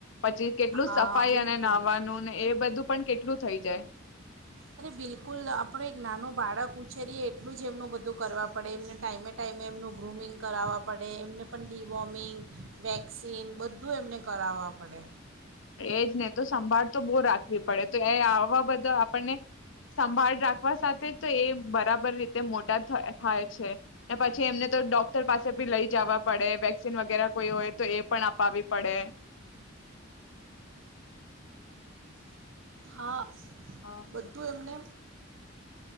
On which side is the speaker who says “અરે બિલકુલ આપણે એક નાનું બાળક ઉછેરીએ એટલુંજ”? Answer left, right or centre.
Right